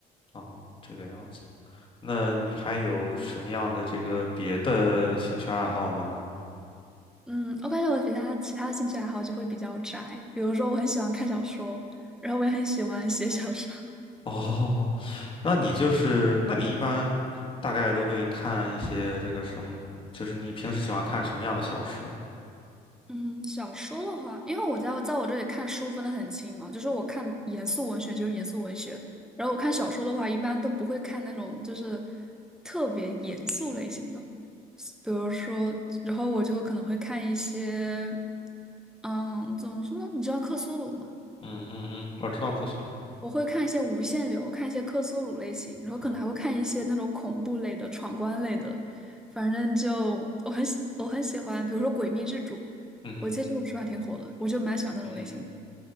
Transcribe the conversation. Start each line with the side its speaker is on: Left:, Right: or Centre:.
Left: 哦，这个样子。那你还有什么样的这个别的兴趣爱好吗？
Centre: 嗯，我感觉我比他其他的兴趣爱好就会比较宅，比如说我很喜欢看小说，然后我也很喜欢写小说。
Left: <laughs>
Centre: <laughs>
Left: 哦，那你就是，那你一般大概都会看一些这个什么，就是你平时喜欢看什么样的小说呢
Centre: 嗯，小说的话，因为我在在我这里看书分的很清嘛，就是我看严肃文学就是严肃文学，然后我看小说的话，一般都不会看那种就是特别严肃类型的，比如说，然后我就可能会看一些，嗯，怎么说呢？你知道克苏鲁吗？
Left: 嗯嗯嗯，我知道克苏鲁。
Centre: 我会看一些无限流，看一些克苏鲁类型，
Left: 嗯
Centre: 然后可能还会看一些那种恐怖类的、闯关类的。反正就我很喜我很喜欢，比如说《诡秘之主》，
Left: 嗯
Centre: 我记得这本书还挺火的，我就蛮喜欢那种类型的。
Left: 嗯哼，